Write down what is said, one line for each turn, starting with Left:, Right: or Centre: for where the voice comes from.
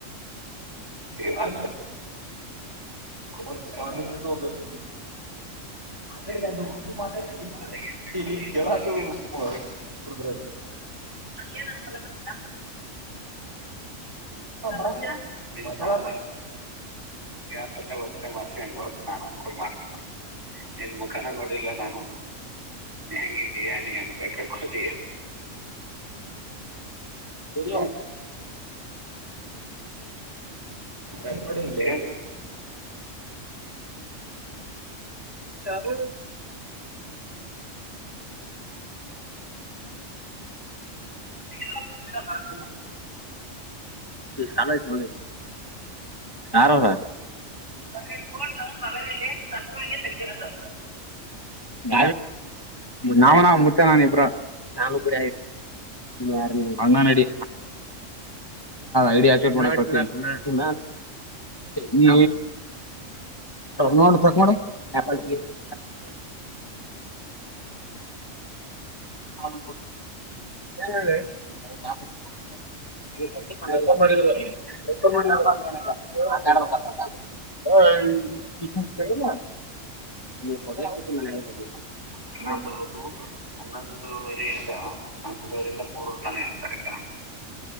Right: ಹ ಒಂದು ಸ್ವಾಮೀಜಿತೆ ಹೋಗ್ಬೇಕು ರ ಮಾ ಕೆರ ಳ ಯಾರ ತ್ತನೆ ಮಾಡ್ತೇ ಅನ್ಬೋ ನಾನು ಅನ್ಕ ಮಾಡ್ತೇ ನಿನ್ ಮುಖನ ನೋಡಿಲ್ಲ ನಾನು ಹೆಂಗಿದ್ದೀಯ ನೀ ಅನ್ಕಕತೀಯ ಹ
Left: ಹಲೋ
Right: ಡಲ್ಲಿ
Left: ಚ ಹಲೋ
Right: <unintelligible>
Left: ಚಾನಯ ಮನೆ ಯಾರವ್ರೆ
Right: ಇದು ಅಲ್ಲಿ ತಪ್ಪಾಗಿ ತೆಗ್ದಿರೋದು.
Left: ಯ ನಾವವು ನಾವ ಮುತ್ತ ನಾನ ಇಬ್ರ ನಾನುಡಿ ನೀ ಯಾರಲ್ಲಿ ಅಣ್ಣನ ಡಿ ಐ ಡಿ ಅಕ್ಸೆಪ್ಟ್ ಮಾಡಬೇಕು ನೀ ನೋಡ್ರ ತಿ <unintelligible> ಹಷ ಏನ ಹೇಳ <unintelligible> ಮಾಡಿದ್ ಎ ಮಾಡ ಏನಲ್ಲ <unintelligible> ಮ
Right: ಸ ಬರೋದು ಹನ್ನೊಂದುವರಿ ಇದ ಹನ್ನೊಂದುವರಿಂದ ಮೂರು ತನ ಇತಾರೆ